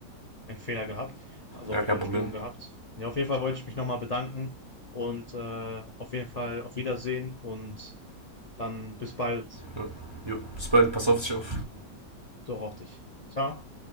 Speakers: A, on the left; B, on the right.
A: einen Fehler gehabt. Also
B: Ja,
A: auf jeden
B: kein
A: Fall
B: Problem.
A: eine Störung gehabt. Ja, auf jeden Fall wollte ich mich nochmal bedanken und äh, auf jeden Fall auf Wiedersehen und dann bis bald.
B: Ja. Jo, bis bald, pass auf dich auf.
A: Bis bald. Doch auf dich. Ciao.